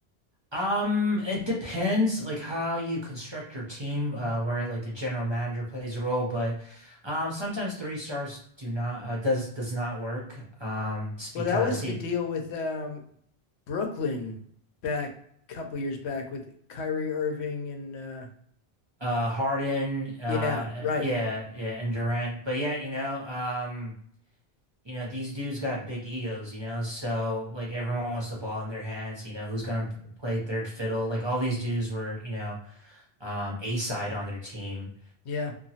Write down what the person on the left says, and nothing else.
Well,
that was the
deal
with um, Brooklyn back a couple years back with Kyrie Irving and uh,
yeah, right,
yeah,